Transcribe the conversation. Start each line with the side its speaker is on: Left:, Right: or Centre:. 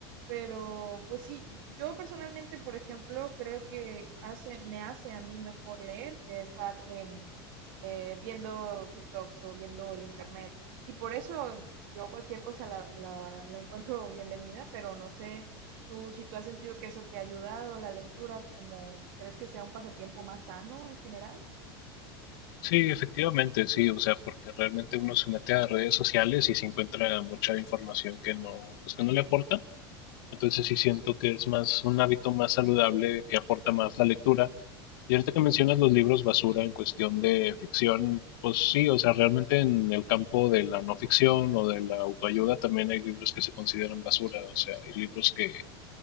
Right: Pero pues sí, yo personalmente, por ejemplo, creo que hace, me hace a mí mejor leer que estar en, eh, viendo TikToks o viendo el internet. Y por eso yo cualquier cosa la, la, la encuentro bienvenida, pero no sé Tú, si tú has sentido que eso te ha ayudado, la lectura, como crees que sea un pasatiempo más sano en general?
Left: Sí, efectivamente, sí, o sea, porque realmente uno se mete a redes sociales y se encuentra mucha información que no pues que no le aporta Entonces sí siento que es más un hábito más saludable que aporta más la lectura. Y ahorita que mencionas los libros basura en cuestión de ficción, pues sí, o sea, realmente en el campo de la no ficción o de la autoayuda también hay libros que se consideran basura, o sea, hay libros que,